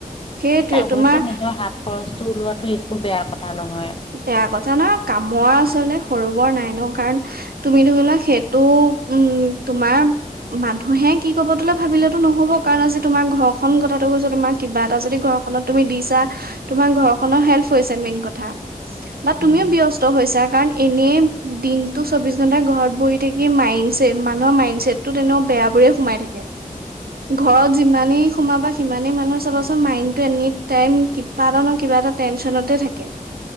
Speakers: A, on the right; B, on the left.
A: সেইটোৱে
B: অৱশ্যে
A: তোমাৰ
B: নিজৰ হাত খৰচ বস্তু ওলোৱাটো একো বেয়া কথা নহয়।
A: বেয়া কথা ন কামৰ আচলতে সৰু বৰ নাই ন কাৰণ তুমি ধৰি লোৱা সেইটো উম তোমাৰ মানুহে কি কব তোলে ভাবিলেতো নহব কাৰণ আজি তোমাৰ ঘৰখন কথাটো কৈছো তোমাৰ কিবা এটা যদি ঘৰখনত তুমি দি তোমাৰ ঘৰখনৰ হেল্প হৈছে মেইন কথা। বা তুমিও
B: উম
A: ব্যস্ত হৈছা। কাৰণ এনেই দিনতটো চৌবিশ ঘন্টা ঘৰত বহি থাকি মাইণ্ড মানুহৰ মাইণ্ড চছেট টো তেনেও বেয়া বোৰে সোমাই থাকে ঘৰত যিমানেই সোমাবা সিমানেই মানুহৰ চাবাচোন মাইণ্ডটো এনি টাইম কিবা এটা ন কিবা এটা টেনচনতে থাকে।